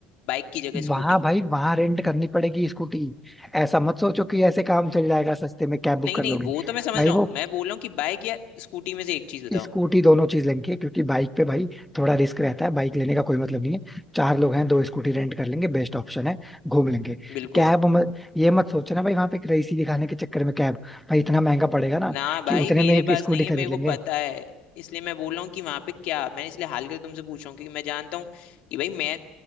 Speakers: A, on the left (about 70°); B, in the centre.
A: बाइक की जगह
B: वहां
A: स्कूटी
B: भाई वहां रेंट करनी पड़ेगी स्कूटी ऐसा मत सोचो कि ऐसे काम चल जाएगा सस्ते में कैब बुक
A: नहीं
B: कर
A: नहीं
B: लोगे
A: वो तो मैं समझ
B: भाई
A: रहा हूँ
B: वो
A: मैं बोल रहा हूँ कि बाइक या स्कूटी में से एक चीज बताओ
B: स्कूटी दोनों चीज लेंगे क्योंकि बाइक पे भाई थोड़ा रिस्क रहता है बाइक लेने का कोई मतलब नहीं है चार लोग हैं दो स्कूटी रेंट कर लेंगे बेस्ट ऑप्शन है घूम लेंगे
A: बिल्कुल
B: कैब मत ये मत सोचना भाई वहां पे रईसी दिखाने के चक्कर में कैब भाई इतना महंगा पड़ेगा ना
A: ना भाई
B: कि उतने
A: मेरे
B: में एक
A: पास
B: स्कूटी
A: नहीं है मेरे
B: खरीद लेंगे
A: को पता है इसलिए मैं बोल रहा हूँ कि वहां पे क्या मैं इसलिए हाल कर तुमसे पूछ रहा हूँ क्योंकि मैं जानता हूँ कि भाई मैं